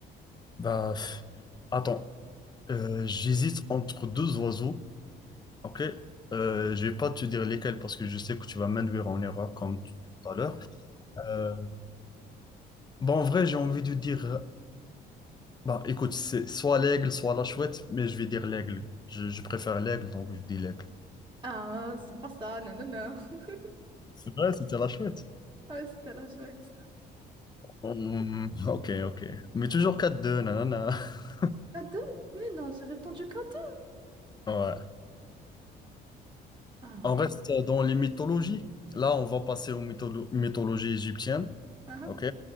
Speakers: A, on the left; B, on the right.
A: Bah, f- attends, Euh, j'hésite entre deux oiseaux, ok? Euh, je vais pas te dire lesquels parce que je sais que tu vas m'induire en erreur comme tu- tout à l'heure. Euh, bah, en vrai, j'ai envie de dire, euh, bah, écoute, c'est soit l'aigle, soit la chouette, mais je vais dire l'aigle. Je, je préfère l'aigle, donc je dis l'aigle.
B: Ah, c'est pas ça, non, non, non. <laughs>
A: C'est vrai, c'était la chouette.
B: Ouais, c'était la chouette.
A: Hum, ok, ok. Mais toujours 4-2, nanana. <laughs>
B: À deux? Mais non, j'ai répondu qu'à deux.
A: Ouais.
B: Ah,
A: On reste dans les mythologies. Là, on va passer aux mytholo- mythologies égyptiennes.
B: ah,
A: OK?